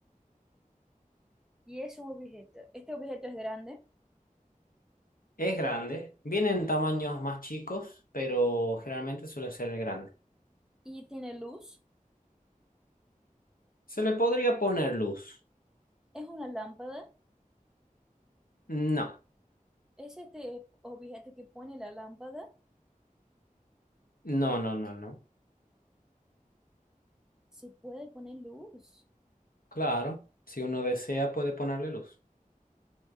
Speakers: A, in the centre; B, on the left.
A: Y es un objeto. Este objeto es grande
B: Es grande, viene en tamaños más chicos, pero generalmente suele ser grande.
A: y tiene luz.
B: ¿Se le podría poner luz?
A: Es una lámpara.
B: No,
A: Es este objeto que pone la lámpara.
B: no, no, no, no.
A: Se puede poner luz.
B: Claro, si uno desea puede ponerle luz.